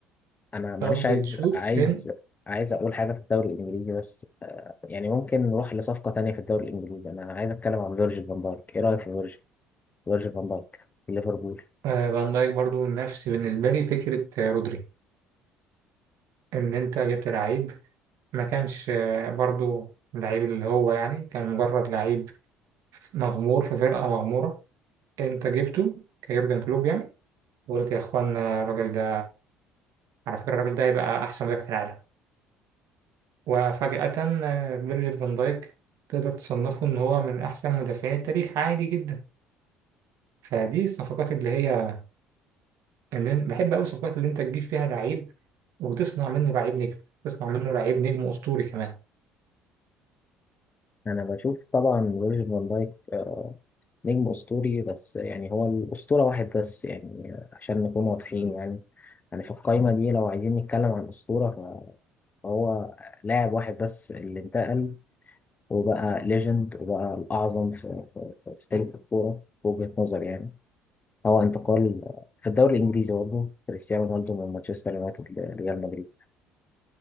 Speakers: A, on the left; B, on the right.
A: انا معلش
B: طب
A: عايز
B: تشوف
A: عايز
B: فين
A: عايز اقول حاجه في الدوري الانجليزي بس آه، يعني ممكن نروح لصفقه تانية في الدوري الانجليزي انا عايز اتكلم عن فيرجيل فان دايك ايه رايك في فيرجيل فيرجيل فان دايك في ليفربول
B: آه، فان دايك برضو نفس بالنسبة لي فكرة آه، رودري إن أنت جبت لعيب ما كانش آه، برضو لعيب اللي هو يعني كان مجرد لعيب مغمور في فرقة مغمورة انت جبته كيورجن كلوب يعني وقلت يا اخوانا الراجل ده على فكرة الراجل ده هيبقى احسن مدافع في العالم وفجأة آه، فيرجيل فان دايك تقدر تصنفه ان هو من احسن مدافعين التاريخ عادي جدا فدي الصفقات اللي هي اللي بحب قوي الصفقات اللي انت تجيب فيها لعيب وتصنع منه لعيب نجم تصنع منه لعيب نجم اسطوري كمان
A: انا بشوف طبعا فيرجيل فان دايك آه، نجم اسطوري بس يعني هو الاسطوره واحد بس يعني آه، عشان نكون واضحين يعني يعني في القايمه دي لو عايزين نتكلم عن اسطوره ف- فهو لاعب واحد بس اللي انتقل وبقى ليجند وبقى الاعظم في في في تاريخ الكوره في وجهه نظري يعني هو انتقال في الدوري الانجليزي برضه كريستيانو رونالدو من مانشستر يونايتد لريال مدريد